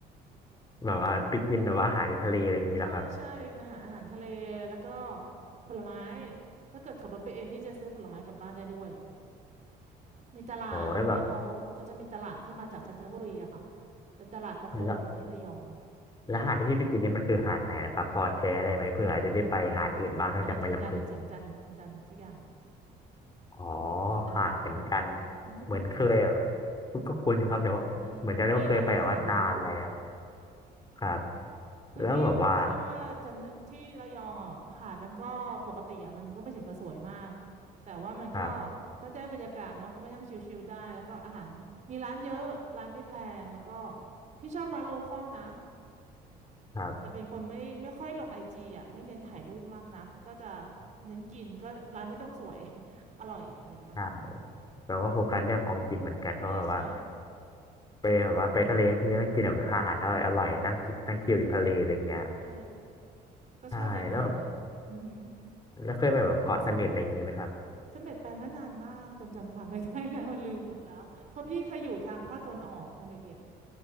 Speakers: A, on the left; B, on the right.
A: แบบว่าไปกินแบบว่าอาหารทะเลอะไรอย่างนี้เหรอครับ
B: ใช่ใช่ไปหาอาหารทะเล แล้วก็ผลไม้ ถ้าเกิดขับรถไปเองพี่จะซื้อผลไม้กลับบ้านได้ด้วยมีตลาดอย่างเงี้ยเขาเขาจะมีตลาดที่มาจากจันทบุรีอะค่ะ
A: โอ้แล้วแบบ
B: แต่ตลาดตะพงที่ระยอง
A: แล้ว แล้วหาดที่พี่ไปกินเนี่ยมันคือหาดไหนนะครับพอแชร์ได้ไหมเผื่อจะได้ไปหาดอื่นบ้างนอกจากแม่ลำพึง
B: ที่แสงอะไรจันจันแสงจันทร์จันจันทร์สักอย่าง
A: อ๋อ
B: หาดอะไรจันจันทร์
A: หาดแสงจันทร์เหมือนเคยอะ
B: คุณคุณไหม
A: ก็ก็คุ้นอยู่ครับแต่ว่าเหมือนจะได้ว่าเคยไปแต่ว่านานแล้ว
B: เออมันก็มีร้านอาหารเยอะอยู่
A: ครับ
B: คือพี่พี่ว่าจันทที่ระยองอ่ะหาดมันก็ปกติอ่ะมันก็ไม่ถึงกับสวยมาก
A: แล้วแบบว่า
B: แต่ว่ามันก็
A: ครับ
B: ถ้าได้บรรยากาศเนาะก็ไปนั่งชิลๆได้แล้วก็อาหารมีร้านเยอะร้านไม่แพงแล้วก็พี่ชอบร้านโลคอลนะ
A: ครับ
B: แต่เป็นคนไม่ไม่ค่อยลงไอจีอ่ะไม่เน้นถ่ายรูปมากนักก็จะเน้นกินก็ร้านไม่ต้องสวย <laughs> อร่อยอะไรอย่างเงี้ยค่ะ
A: ใช่แต่ว่าโฟกัสเรื่องของกินเหมือนกันเพราะแบบว่า
B: ใช่ใช่
A: ไปแบบว่าไปทะเลทั้งทีต้องกินแบบอาหารอร่อยอร่อยนั่งกินนั่งชิลริมทะเลอะไรอย่างเงี้ย
B: ใช่ก็ชอบอย่างงั้นแล้วอือหือ
A: ใช่แล้วแบบแล้วเคยไปแบบเกาะเสม็ดอะไรอย่างงี้ไหมครับ
B: เสม็ดไปเมื่อนานมากจนจำความไม่ได้แล้ว <laughs> ลืมหมดแล้วเพราะพี่เคยอยู่ทางภาคตะวันออกตอนเด็ก